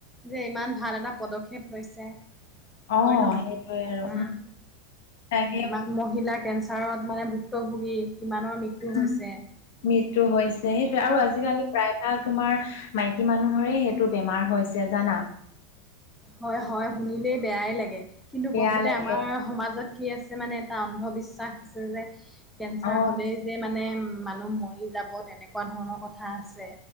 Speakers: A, in the centre; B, on the left.
A: যে ইমান ভাল এটা পদক্ষেপ লৈছে।
B: অ
A: হয় নহয়?
B: সেইটোয়ে আৰু
A: উম।
B: তাকে
A: ইমান মহিলা কে ঞ্চাৰত মানে ভুক্তভোগী কিমানৰ মৃত্যু
B: উম
A: হৈছে।
B: মৃত্যু হৈছে সেইটোয়ে আৰু আজিকালি প্ৰায় ভাগ তোমাৰ মাইকী মানুহৰে সেইটো বেমাৰ হৈছে জানা?
A: হয় হয় শুনিলেই বেয়াই লাগে কিন্তু
B: বেয়া
A: বহুতে
B: লাগে
A: আমাৰ সমাজত কি আছে মানে এটা অন্ধবিশ্বাস আছে যে, কেঞ্চাৰ
B: অ
A: হ'লেই যে মানে মানুহ মৰি যাব তেনেকুৱা ধৰণৰ কথা আছে,